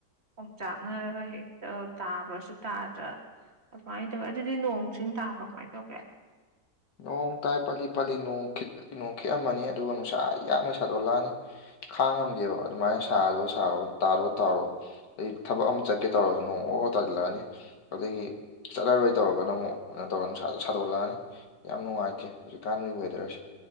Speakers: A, on the right (about 40°); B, on the left (about 80°).
A: ꯈꯣꯡꯆꯥꯛꯅꯔꯒ ꯍꯦꯛꯇ ꯇꯥꯕ꯭ꯔꯁꯨ ꯇꯥꯗ꯭ꯔꯥ ꯀꯃꯥꯏꯅ ꯇꯧꯋꯦ ꯑꯗꯨꯗꯤ ꯅꯣꯡ ꯆꯤꯡ ꯇꯥꯕ꯭ꯔꯣ ꯀꯃꯥꯏꯅ ꯇꯧꯒꯦ
B: ꯅꯣꯡ ꯇꯥꯏ ꯄꯜꯂꯤ ꯄꯜꯂꯤ ꯅꯣꯡ ꯈꯤꯠꯂꯤ ꯅꯣꯡ ꯈꯤꯠꯑꯝꯃꯅꯤ ꯑꯗꯨꯒ ꯅꯨꯡꯁꯥ ꯌꯥꯡꯅꯩ ꯁꯥꯗꯣꯛꯂꯛꯑꯅꯤ ꯈꯥꯡꯉꯝꯗꯦꯕ ꯑꯗꯨꯃꯥꯏꯅ ꯁꯥꯔꯗꯣ ꯁꯥꯔꯣ ꯇꯥꯗꯣ ꯇꯥꯔꯣ ꯑꯩ ꯊꯕꯛ ꯑꯃ ꯆꯠꯀꯦ ꯇꯧꯔꯁꯨ ꯅꯣꯡꯔ ꯄꯣꯛ ꯇꯥꯁꯤꯜꯂꯛꯑꯅꯤ ꯑꯗꯨꯗꯒꯤ ꯆꯠꯂꯔꯣꯏ ꯇꯧꯔꯒꯅ ꯑꯃꯨꯛ ꯀꯩꯅꯣ ꯇꯧꯔ ꯅꯨꯡ ꯁꯥꯗꯣꯛꯂꯛꯑꯅꯤ ꯌꯥꯝ ꯅꯨꯡꯉꯥꯏꯇꯦ ꯍꯧꯖꯤꯛꯀꯥꯟꯒꯤ ꯋꯦꯗꯔꯁꯦ